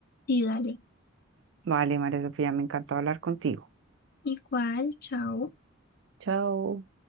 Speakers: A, on the left; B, on the right.
A: Sí, dale.
B: Vale, María Sofía, me encantó hablar contigo.
A: Igual, chao.
B: Chao.